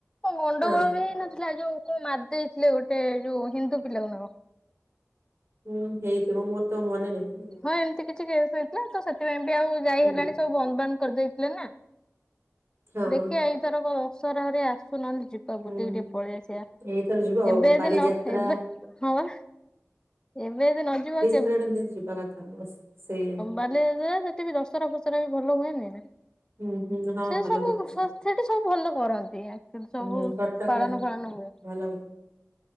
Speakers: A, on the left (about 15°); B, on the right (about 50°).
A: କଁ ଗଣ୍ଡଗୋଳ
B: ହଁ
A: ବି ହେଇ ନଥିଲା ଯୋଉ କେ ମାରି ଦେଇଥିଲେ ଗୋଟେ ଯୋଉ ହିନ୍ଦୁ ପିଲା କୁ ନା କଣ?
B: ହୁଁ ହେଇଥିବ ମୋର ତ ମନେ ନାହିଁ।
A: ହ ଏମତି କିଛି କେସ୍ ହେଇଥିଲା ତ ସେଥିପାଇଁ ବି ଆଉ ଯାଇ
B: ହୁଁ
A: ହେଲାଣି ସବୁ ବନ୍ଦ ବାନ୍ଦ କରିଦେଇଥିଲେ ନା।
B: ହଁ।
A: ଦେଖିଆ ଏଇଥରକ ଦଶହରା ହେରିଆ ଆସୁ ନହେଲେ ଯିବ୍ ତାକ
B: ହୁଁ
A: ବୁଲଦେଇକି ଟିକେ ପଳେଇ ଆସିଆ।
B: ଏଇଥର ଯିବ ଆଉ
A: ଏବେ ଅଦି
B: ବାଲିଯାତ୍ରା
A: ନ ଏବେ ହଁ ବା ଏବେ ଯଦି ନ ଯିବ?
B: କୁଆଡେ ଯଦି ଯିବା କଥା ଉଫ୍ ସେଇଆ
A: ବାଲିଯାତ୍ରା ସେଠି ବି ଦଶହରା ଫସରା ବି ଭଲ ହୁଏନି ନା।
B: ହୁଁ ହୁଁ ହଁ
A: ସେ
B: ଭଲ
A: ସବୁ
B: ହୁଏ ଦଶହରା।
A: ସ୍ୱାସ୍ଥ୍ୟଟି ସବୁ ଭଲ କରନ୍ତି। ସବୁ
B: ହୁଁ କଟକରେ
A: ପାଳନ
B: ହୁଁ।
A: ଫାଳନ ହୁଏ।
B: ଭଲ ହୁଏ।